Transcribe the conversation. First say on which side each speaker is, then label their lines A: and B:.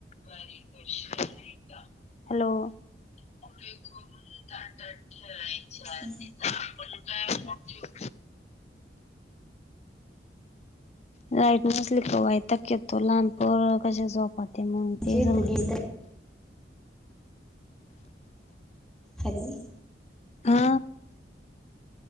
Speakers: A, on the left; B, in the centre.
A: हॅलो. ून ठय आपण काय
B: तेच ना
A: ठ राईट नसली कावायता येत तो लहानपर कश जो हो ते मग ते
B: जी
A: सज
B: तर गेली तर हॅलो.
A: हा.